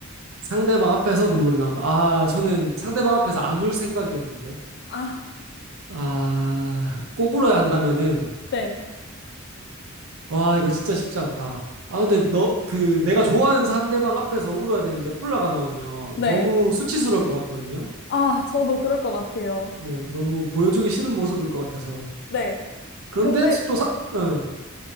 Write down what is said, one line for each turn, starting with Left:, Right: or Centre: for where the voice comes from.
Right: 상대방 앞에서 눈물이 나온다. 아, 저는 상대방 앞에서 안 울 생각이었는데.
Left: 아,
Right: 아, 꼭 울어야 한다면은,
Left: 네,
Right: 와, 이거 진짜 쉽지 않다. 아, 근데 너, 그, 내가 좋아하는 상대방 앞에서 울어야 되는데 콜라가 나오면
Left: 네.
Right: 너무 수치스러울 것 같거든요.
Left: 아, 저도 그럴 것 같아요.
Right: 네, 너무 보여주기 싫은 모습일 것 같아서.
Left: 네.
Right: 그런데
Left: 근데
Right: 또 사, 어,